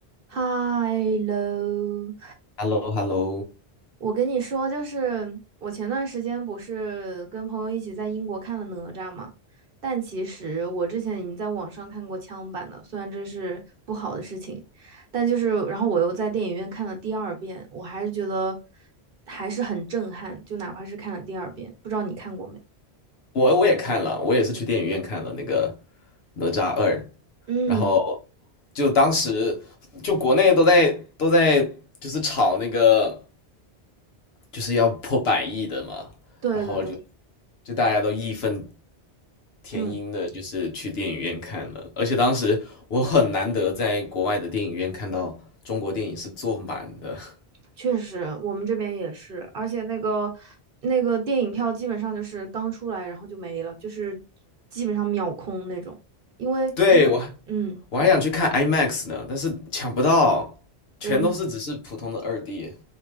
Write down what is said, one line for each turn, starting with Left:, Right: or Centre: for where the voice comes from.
Right: 嗨喽，
Left: h e l l o h e l l o
Right: 我跟你说，就是我前段时间不是跟朋友一起在英国看了哪吒嘛，但其实我之前已经在网上看过枪版的，虽然这是不好的事情，但就是然后我又在电影院看了第二遍，我还是觉得还是很震撼，就哪怕是看了第二遍，不知道你看过没？
Left: 我我也看了，我也是去电影院看了那个《哪吒二》，
Right: 嗯，
Left: 然后就当时就国内都在都在就是炒那个就是要破百亿的嘛，
Right: 对对对，
Left: 然后就就大家都义愤填膺的，
Right: 嗯。
Left: 就是去电影院看了，而且当时我很难得在国外的电影院看到中国电影是坐满的，<laughs>
Right: 确实，我们这边也是，而且那个那个电影票基本上就是刚出来，然后就没了，就是基本上秒空那种。因为，
Left: 对，我还
Right: 嗯，
Left: 我还想去看 IMAX 呢，但是抢不到，全都是只是普通的二
Right: 我们
Left: D。